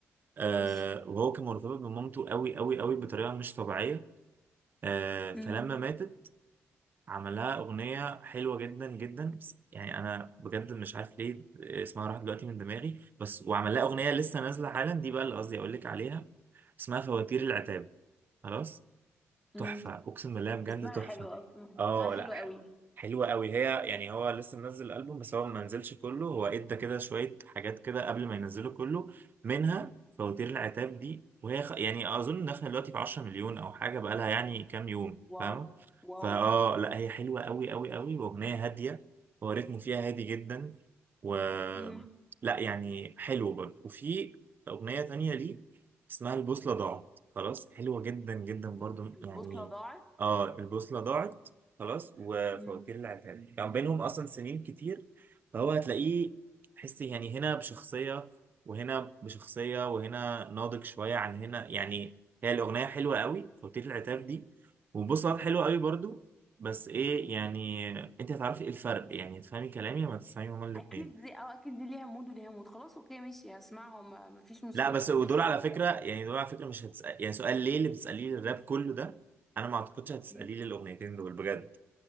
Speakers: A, on the right; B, in the centre.
A: آه،
B: ماشي
A: وهو كان مرتبط بمامته قوي قوي قوي بطريقة مش طبيعية آه، فلما
B: امم
A: ماتت عملها أغنية حلوة جدا جدا بس يعني أنا بجد مش عارف ليه اسمها راح دلوقتي من دماغي بس وعمل لها أغنية لسه نازلة حالا دي بقى اللي قصدي أقول لك عليها اسمها فواتير العتاب خلاص
B: امم
A: تحفة أقسم بالله بجد
B: اسمها
A: تحفة
B: حلو اصلا
A: اه
B: اسمها حلو
A: لا
B: قوي
A: ح- حلوة قوي هي يعني هو لسه منزل الألبوم بس هو ما نزلش كله هو ادى كده شوية حاجات كده قبل ما ينزله كله منها فواتير العتاب دي وهي خ... يعني أظن داخلة دلوقتي في 10 مليون أو حاجة بقالها يعني كام يوم
B: واو
A: فاهم
B: واو
A: فاه لا هي حلوة قوي قوي قوي وأغنية هادية هو رتمه فيها هادي جدا و
B: امم
A: لا يعني حلو برضه وفي أغنية تانية ليه اسمها البوصلة ضاعت خلاص حلوة جدا جدا برضو
B: البوصله
A: يعني
B: ضاعت
A: اه البوصلة ضاعت خلاص وفواتير
B: امم
A: العتاب يعني بينهم أصلا سنين كتير فهو هتلاقيه تحسي يعني هنا بشخصية وهنا بشخصية وهنا ناضج شوية عن هنا يعني هي الأغنية حلوة قوي فواتير العتاب دي وبوصلة حلوة قوي برضو بس إيه يعني أنت هتعرفي إيه الفرق يعني هتفهمي كلامي لما تسمعي هما الاتنين
B: اكيد دي اه اكيد دي ليها مود وليها مود خلاص اوكي ماشي هسمعهم ما- مفيش مشكله
A: لا بس ودول
B: بص
A: على
B: انا
A: فكرة
B: ب...
A: يعني دول على فكرة مش هتسأل يعني سؤال ليه اللي بتسأليه للراب كله ده أنا ما أعتقدش هتسأليه
B: مم.
A: للأغنيتين دول بجد